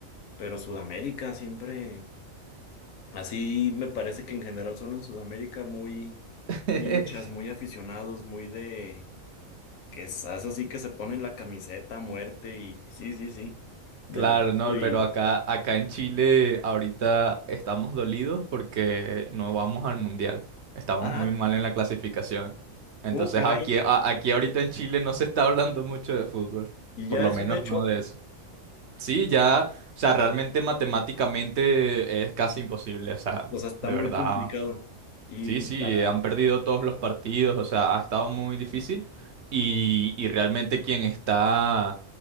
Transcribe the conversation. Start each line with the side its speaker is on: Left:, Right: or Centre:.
Left: pero Sudamérica siempre, así me parece que en general son en Sudamérica muy,
Right: <laughs>
Left: muy hinchas, muy aficionados, muy de, que es, es así que se ponen la camiseta a muerte y y sí, sí, sí, demasiado.
Right: Claro, no, pero
Left: Y,
Right: acá, acá en Chile ahorita estamos dolidos porque no vamos al mundial. Estamos
Left: ah,
Right: muy mal en la clasificación. Entonces
Left: oh, caray.
Right: aquí, a- aquí ahorita en Chile no se está hablando mucho de fútbol.
Left: Y ya
Right: Por lo
Left: es
Right: menos
Left: un hecho,
Right: no de eso. Sí, ya, o sea, realmente matemáticamente es casi imposible. O sea,
Left: o sea, está
Right: de
Left: muy
Right: verdad.
Left: complicado. Y
Right: Sí, sí,
Left: caray.
Right: eh, han perdido todos los partidos, o sea, ha estado muy difícil y, y realmente quien está,